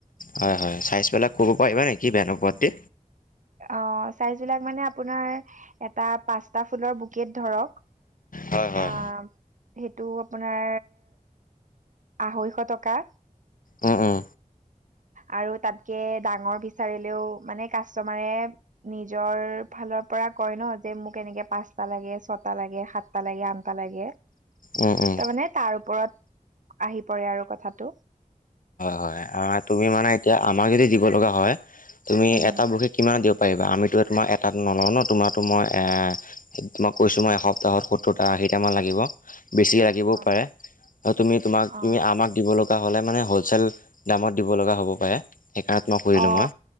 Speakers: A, on the left (about 75°); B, on the right (about 65°).
A: হয় হয় চাইজবেলাক ক'ব পাৰিবা নেকি বেয়া নোপোৱা যদি।
B: অঁ চাইজবিলাক মানে আপোনাৰ এটা পাঁচটা ফুলৰ বুকেট ধৰক।
A: হয় হয়।
B: আহ। সেইটো আপোনাৰ আঢ়ৈশ টকা।
A: উম উম
B: আৰু তাতকে ডাঙৰ বিচাৰিলেও মানে কা চমাৰে নিজৰ ফালৰ পৰা কয় ন যে মোক এনেকে পাঁচটা লাগে ছটা লাগে। হাতটা লাগে আনটা লাগে।
A: উম উম
B: তাৰমানে তাৰ ওপৰত আহি পৰে আৰু কথাটো।
A: হয় হয় তুমি মানে এতিয়া আমাক যদি দিব লগা হয় তুমি
B: উম
A: এটা বশী কিমান দ পাৰিবা আমিতো তোমাৰ এটা নলওঁ ন তোমাৰো মই এ মই কৈছো মই এসপ্তাহত সত্তৰটা। চাৰিটামান লাগিব। বেছি লাগিবও
B: হয়
A: পাৰে তুমি তোমাক
B: অ
A: তুমি আমাক দিব লগা হ'লে মানে সল চেল দামত দিব লগা হ'ব পাৰে। সেইকাৰণে তোমাক সুধিলোঁ
B: অ
A: মই।